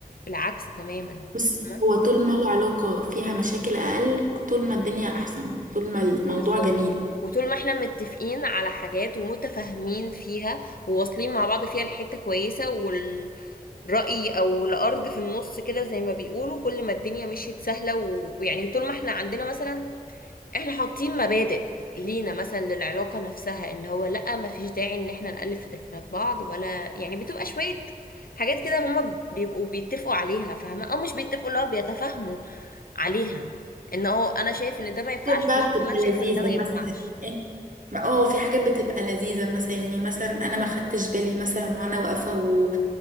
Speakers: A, on the left; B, on the right.
A: بالعكس تماما
B: بصي
A: فاهمة؟
B: هو طول ما العلاقة فيها مشاكل أقل طول ما الدنيا أحسن طول ما الموضوع
A: بالظبط
B: جميل
A: وطول ما احنا متفقين على حاجات ومتفاهمين فيها وواصلين مع بعض فيها لحتة كويسة والرأي او الارض في النص كده زي ما بيقولوا كل ما الدنيا مشيت سهلة و- ويعني طول ما احنا عندنا مثلا احنا حاطين مبادئ لينا مثلا للعلاقة نفسها ان هو لا ما فيش داعي ان احنا نقلب في تليفونات بعض ولا يعني بتبقى شوية حاجات كده هما بيبقوا بيتفقوا عليها فاهمة او مش بيتفقوا اللي هو بيتفاهموا عليها ان هو انا شايف ان ده ما ينفعش
B: حاجات بقى
A: وانا
B: بتبقى
A: كمان شايفة
B: لذيذة
A: ان ده ما ينفعش
B: مثلا يعني اه في حاجات بتبقى لذيذة مثلا يعني مثلا أنا ما خدتش بالي مثلا وأنا واقفة و